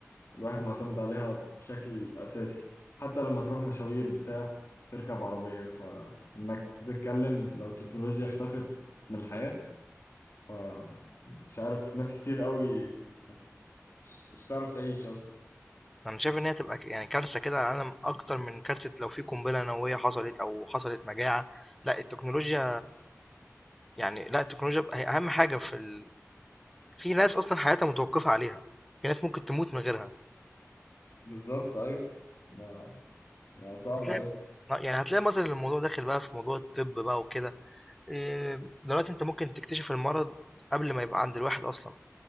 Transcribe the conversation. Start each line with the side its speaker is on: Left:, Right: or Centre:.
Left: الواحد معتمد عليها بشكل أساسي حتى لما تروح مشاوير بتاع تركب عربية فإنك بتتكلم لو التكنولوجيا اختفت من الحياة فمش عارف ناس كتير قوي مش, مش تعرف تعيش أصلا
Centre: أنا شايف إن هي تبقى ك يعني كارثة كده على العالم أكتر من كارثة لو في قنبلة نووية حصلت أو حصلت مجاعة، لأ التكنولوجيا يعني لأ التكنولوجيا بقى هي أهم حاجة في ال في ناس أصلًا حياتها متوقفة عليها، في ناس ممكن تموت من غيرها،
Left: بالظبط أيوة ما, ما صعب
Centre: هتلاقي
Left: أوي
Centre: آه، يعني هتلاقي مثلًا الموضوع داخل بقى في موضوع الطب بقى وكده، آآ، دلوقتي أنت ممكن تكتشف المرض قبل ما يبقى عند الواحد أصلًا.